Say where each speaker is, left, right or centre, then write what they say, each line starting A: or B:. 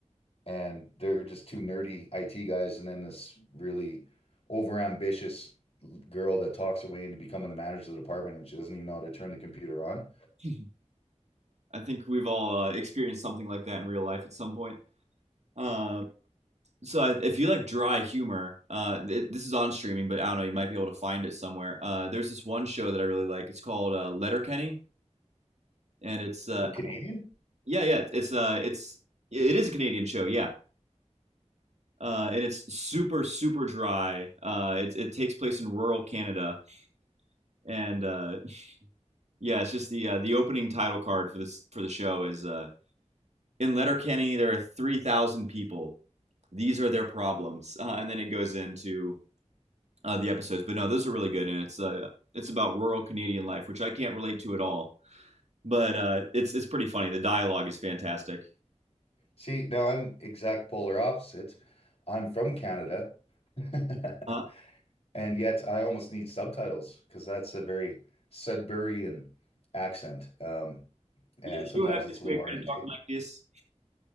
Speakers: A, on the left; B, on the right.
A: and they're just two nerdy IT guys, and then this really overambitious girl that talks her way into becoming the manager of the department, and she doesn't even know how to turn the computer on.
B: <laughs> I think we've all uh, experienced something like that in real life at some point. Um, So if you like dry humor, uh, it, this is on streaming, but I don't know, you might be able to find it somewhere. Uh, there's this one show that I really like. It's called uh, Letterkenny, and it's uh,
A: Canadian?
B: yeah, yeah, it's uh, it's yeah, it is a Canadian show, yeah, uh, and it's super super dry. Uh, it it takes place in rural Canada, and uh, yeah, it's just the uh, the opening title card for this for the show is uh, in Letterkenny there are three thousand people. These are their problems, <laughs> uh, and then it goes into uh, the episodes. But no, those are really good, and it's uh, it's about rural Canadian life, which I can't relate to at all. But uh, it's it's pretty funny. The dialogue is fantastic.
A: See, now I'm exact polar opposite. I'm from Canada, <laughs>
B: Uh,
A: and yet I almost need subtitles because that's a very Sudburyan accent, um, and
B: you,
A: sometimes
B: you have
A: it's
B: this
A: a little
B: way of
A: hard
B: kind
A: to
B: of talking
A: take.
B: like this.